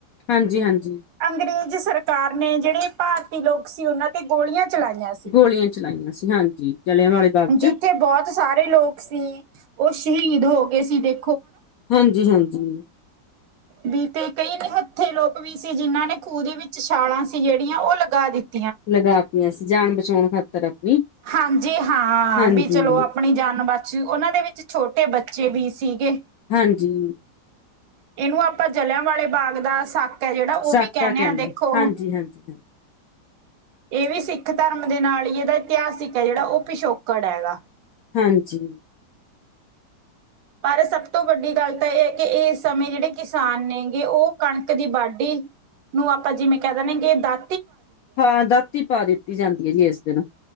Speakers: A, on the left; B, on the right.
A: ਹਾਂਜੀ ਹਾਂਜੀ
B: ਅੰਗਰੇਜ਼ ਸਰਕਾਰ ਨੇ ਜਿਹੜੇ ਭਾਰਤੀ ਲੋਕ ਸੀ, ਉਹਨਾਂ ਤੇ ਗੋਲੀਆਂ। ਚਲਾਈਆਂ ਸੀ,
A: ਗੋਲੀਆਂ ਚਲਾਈਆਂ ਸੀ ਹਾਂਜੀ ਜਲਿਆਂ ਵਾਲੇ ਬਾਗ ਚ
B: ਜਿੱਥੇ ਬਹੁਤ ਸਾਰੇ ਲੋਕ ਸੀ। ਉਹ ਸ਼ਹੀਦ ਹੋ ਗਏ ਸੀ ਤੇ,
A: ਹਾਂਜੀ-ਹਾਂਜੀ,
B: ਵੀ ਤੇ ਕਈ ਨਿਹੱਥੇ ਲੋਕ ਵੀ ਸੀ, ਜਿਨਾਂ ਨੇ ਖੂਹ ਦੇ ਵਿੱਚ ਛਾਲਾਂ ਸੀ ਜਿਹੜੀਆਂ ਉਹ ਲਗਾ ਦਿੱਤੀ।
A: ਲਗਾਤੀਆਂ ਸੀ ਜਾਣ ਬਚਾਣ ਖਾਤਰ, ਆਪਣੀ
B: ਹਾਂਜੀ ਹਾਂ,
A: ਹਾਂਜੀ
B: ਵੀ ਚਲੋ ਆਪਣੀ ਜਾਨ ਬਚ ਜੂ ਉਹਨਾਂ ਦੇ ਵਿੱਚ ਛੋਟੇ ਬੱਚੇ, ਬੱਚੇ ਵੀ ਸੀਗੇ।
A: ਹਾਂਜੀ,
B: ਇਹਨੂੰ ਆਪਾਂ ਜਲ੍ਹਿਆਂ ਵਾਲੇ ਬਾਗ ਦਾ ਸਾ ਜਿਹੜਾ ਉਹ
A: ਸਾਕਾ
B: ਵੀ ਕਹਿੰਨੇ
A: ਕਹਿੰਦੇ
B: ਆ ਦੇਖੋ।
A: ਹਾਂਜੀ ਹਾਂਜੀ ਹਾਂ
B: ਇਹ ਵੀ ਸਿੱਖ ਧਰਮ ਦੇ ਨਾਲ ਹੀ ਇਹਦਾ ਇਤਿਹਾਸਿਕ ਹੈ, ਜਿਹੜਾ ਉਹ ਪਿਛੋਕੜ ਹੈਗਾ।
A: ਹਾਂਜੀ,
B: ਪਰ ਸਭ ਤੋਂ ਵੱਡੀ ਗੱਲ ਤਾਂ ਇਹ ਹੈ, ਕਿ ਇਸ ਸਮੇਂ ਜਿਹੜੇ ਕਿਸਾਨ ਨੇਗੇ ਉਹ ਕਣਕ ਦੀ ਵਾਢੀ ਨੂੰ ਆਪਾਂ ਜਿਵੇਂ ਕਹਿ ਦਿੰਨੇ ਕਿ ਦਾ,
A: ਹਾਂ ਦਾਤੀ ਪਾ ਦਿੱਤੀ ਜਾਂਦੀ ਹੈ, ਜੀ ਇਸ ਦਿਨ